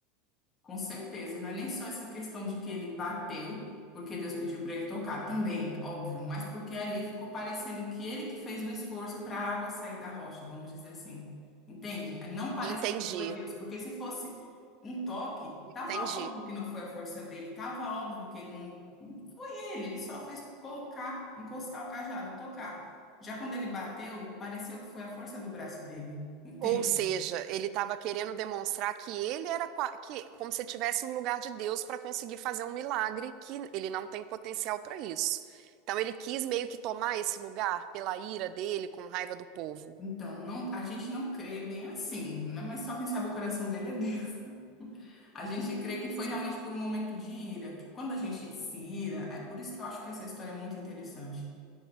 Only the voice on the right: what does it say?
Entendi,
entendi.
Ou seja, ele estava querendo demonstrar que ele era qua- que, como se estivesse no lugar de Deus para conseguir fazer um milagre que ele não tem potencial para isso. Então ele quis meio que tomar esse lugar pela ira dele, com raiva do povo.
Sim.